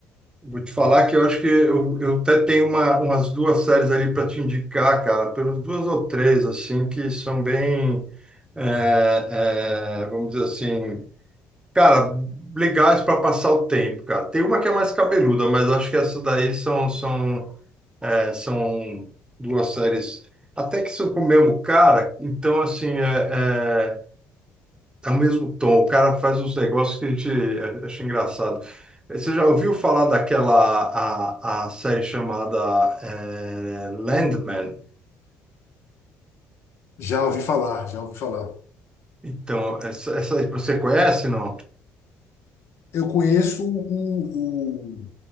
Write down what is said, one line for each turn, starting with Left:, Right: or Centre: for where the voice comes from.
Right: vou te falar que eu acho que eu, eu até tenho uma, umas duas séries ali para te indicar, cara, pelas duas ou três, assim, que são bem, é, é, vamos dizer assim, cara, legais para passar o tempo, cara. Tem uma que é mais cabeluda, mas acho que essas daí são, são, é, são duas séries até que são com o mesmo cara, então, assim, é... é, É o mesmo tom, o cara faz uns negócios que a gente eh, acha engraçado. Eh, Você já ouviu falar daquela a, a série chamada eh, Landman?
Left: Já ouvi falar, já ouvi falar.
Right: Então, essa, essa aí você conhece, não?
Left: Eu conheço o, o,